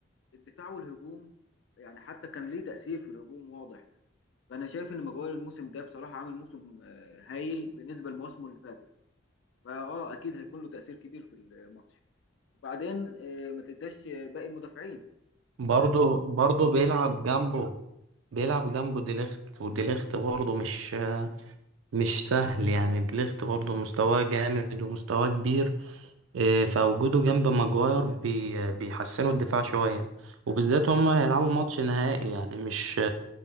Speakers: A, on the left; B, on the right.
A: الدفاع والهجوم يعني حتى كان ليه تأثير في الهجوم واضح فانا شايف ان مجوال الموسم ده بصراحه عامل موسم آه، هايل بالنسبه لمواسمه اللي فاتت فاه اكيد هيكون له تاثير كبير في الماتش وبعدين آه، ما تنساش آه، باقي المدافعين
B: برضه برضه بيلعب جنبه بيلعب جنبه ديليخت وديليخت برضه مش مش سهل يعني ديليخت برضه مستواه جامد ومستواه كبير إيه، فوجوده جنب ماجواير بي بيحسنوا الدفاع شوية وبالذات هما هيلعبوا ماتش نهائي يعني مش